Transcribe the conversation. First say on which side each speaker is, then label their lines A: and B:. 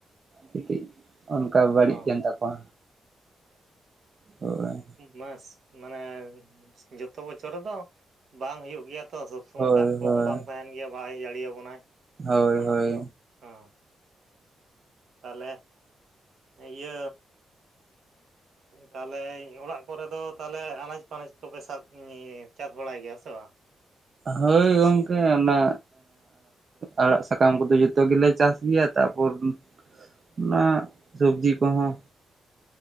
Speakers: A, on the right; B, on the right.
A: ᱠᱟᱹᱡ ᱠᱟᱹᱢᱤᱡ ᱚᱱᱠᱟ ᱵᱟᱹᱲᱤᱡ
B: ᱚ
A: ᱮᱱ ᱛᱟᱠᱚᱣᱟ ᱦᱳᱭ
B: ᱢᱥ ᱢᱟᱱᱮ ᱡᱚᱛᱚ ᱵᱚᱪᱷᱚᱨ ᱨᱮᱫᱚ ᱵᱟᱝ ᱦᱩᱭᱩᱜ ᱜᱮᱭᱟ ᱛᱚ ᱥᱚᱵᱽ ᱥᱚᱢᱚᱭ
A: ᱦᱳᱭ
B: ᱫᱟᱜ ᱠᱚᱦᱚᱸ
A: ᱦᱳᱭ
B: ᱵᱟᱝ ᱛᱟᱦᱮᱱ ᱜᱮᱭᱟ ᱵᱟᱭ ᱡᱟᱹᱲᱤᱭᱟᱵᱚᱱᱟᱭ
A: ᱦᱳᱭ
B: ᱚᱱᱟ
A: ᱦᱳᱭ
B: ᱠᱚᱫᱚ ᱦᱮᱸ ᱛᱟᱦᱚᱞᱮ ᱤᱭᱟᱹ ᱛᱟᱦᱚᱞᱮ ᱚᱲᱟᱜ ᱠᱚᱨᱮ ᱫᱚ ᱛᱟᱦᱚᱞᱮ ᱟᱱᱟᱡᱽ ᱯᱟᱱᱟᱪ ᱠᱚᱯᱮ ᱥᱟᱵ ᱪᱟᱥ ᱵᱟᱲᱟᱭ ᱜᱮᱭᱟ ᱥᱮ ᱵᱟᱝ
A: ᱦᱳᱭ ᱜᱚᱝᱠᱮ ᱚᱱᱟ ᱟᱲᱟᱜ ᱥᱟᱠᱟᱢ ᱠᱚᱫᱚ ᱡᱚᱛᱚ ᱜᱮᱞᱮ ᱪᱟᱥ ᱜᱮᱭᱟ ᱛᱟᱯᱚᱨ ᱚᱱᱟ ᱥᱚᱵᱡᱤ ᱠᱚᱦᱚᱸ